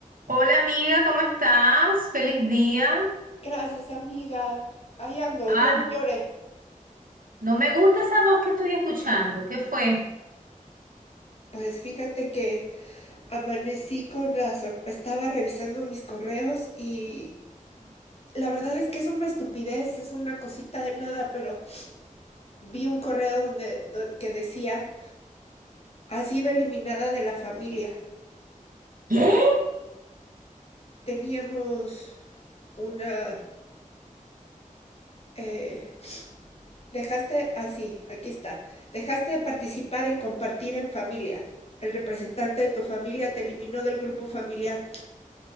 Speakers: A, on the right; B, on the left.
A: Hola amiga, ¿cómo estás? Feliz día.
B: Gracias, amiga. Ahí ando,
A: Ah,
B: llore, y llore.
A: no me gusta esa voz que estoy escuchando. ¿Qué fue?
B: Pues fíjate que amanecí con la sorpresa, estaba revisando mis correos y la verdad es que es una estupidez, es una cosita de nada, pero vi un correo donde, do- que decía, ha sido eliminada de la familia.
A: ¿Qué?
B: Teníamos una... eh, dejaste, así, aquí está. Dejaste de participar en compartir en familia. El representante de tu familia te eliminó del grupo familiar.